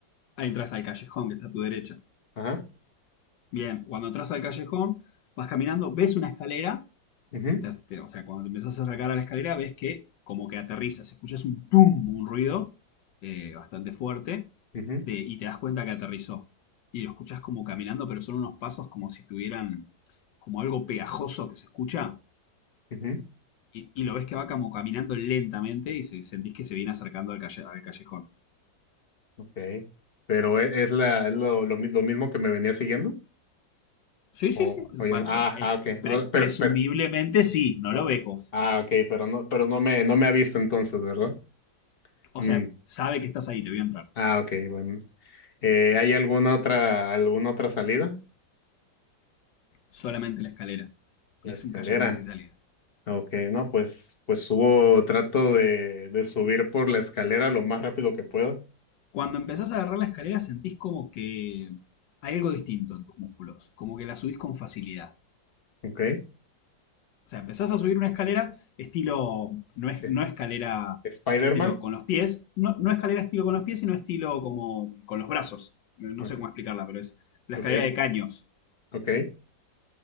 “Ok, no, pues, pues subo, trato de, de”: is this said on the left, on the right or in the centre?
Left